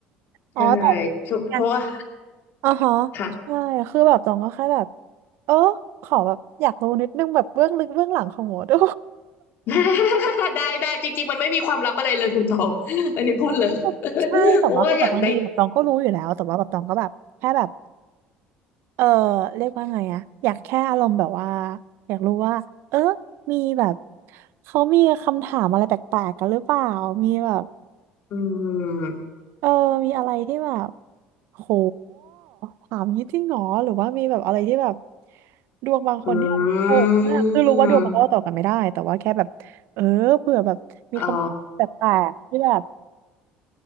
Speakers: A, on the right (about 70°); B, on the left (about 60°).
A: อ๋อแต
B: ใช่เพราะว่า
A: ่ อ๋อฮะ
B: ค่ะ
A: ใช่คือแบบตองก็แค่แบบเออขอแบบอยากรู้นิดนึงแบบเบื้องลึกเบื้องหลังของหมอดู
B: <laughs> ได้ได้จริงๆมันไม่มีความลับอะไรเลยคุณตอง <laughs> อันนี้พูดเลย
A: <laughs> ใช่แต่ว่าคือแบบบางทีแบบตองก็รู้อยู่แล้วแต่ว่าแบบตองก็แบบแค่แบบ
B: <laughs> เพราะว่าอย่างใด
A: เออเรียกว่าไงอะอยากแค่อารมณ์แบบว่าอยากรู้ว่าเออมีแบบเขามีคำถามอะไรแปลกๆกันหรือเปล่ามีแบบ
B: อืม
A: เออมีอะไรที่แบบโหถามงี้จริงเหรอหรือว่ามีแบบอะไรที่แบบดวงบางคนที่แบบโหดมากคือรู้ว่าดวงมันเล่าต่อกันไม่ได้แต่ว่าแค่แบบเออเผื่อแบบมีคำแปลกๆที่แบบ
B: อืมอ๋อ